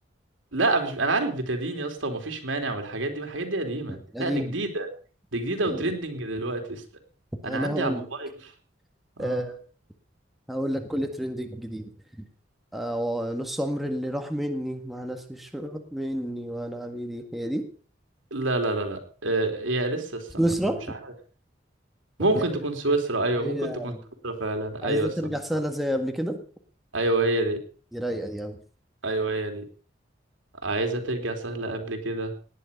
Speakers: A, on the right; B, in the centre.
A: لا مش انا عارف بتدين يا اسطى ومفيش مانع والحاجات دي ما الحاجات دي قديمه
B: أمم. قديم
A: لا دي جديده دي جديده
B: قديم.
A: وترندنج دلوقتي است... انا
B: أنا
A: عندي
B: هقول
A: على الموبايل
B: لك
A: اه
B: أه هقول لك كل ترند جديد أه نص عمر اللي راح مني مع ناس مش راح مني وأنا عبيدي هي دي
A: لا لا لا لا آه، هي لسه استنى
B: سويسرا
A: مش عارف ممكن
B: اللي
A: تكون
B: هي
A: سويسرا ايوه
B: اللي
A: ممكن
B: هي
A: تكون سويسرا فعلا
B: عايزة
A: ايوه استنى
B: ترجع سهلة زي قبل كده
A: ايوه هي دي
B: دي رايقه دي قوي
A: ايوه هي دي عايزة ترجع سهلة قبل كده